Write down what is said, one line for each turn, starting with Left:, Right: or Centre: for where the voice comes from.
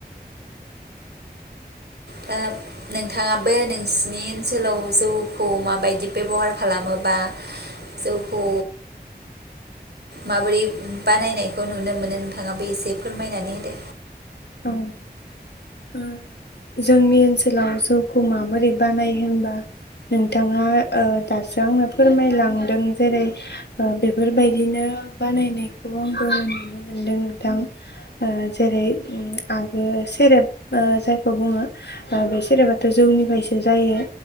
Right: दा नोंथाङाबो नोंसिनि ओनसोलाव जौखौ माबायदि बेबहार खालामोबा जौखौ माबोरै बानायनायखौ नुनो मोनो नोंथाङाबो एसे फोरमायनानै होदो
Left: औ जोंनि ओनसोलाव जौखौ माबोरै बानायो होनबा नोंथाङा दासो आंनो फोरमायलांदों जेरै ओ बेफोरबायदिनो बानायनायखौ आंबो नुनो मोनदों नोंथां ओ जेरै ओ आगोल सेरेब ओ जायखौ बुङो बे सेरेबाथ' जौनिफ्रायसो जायो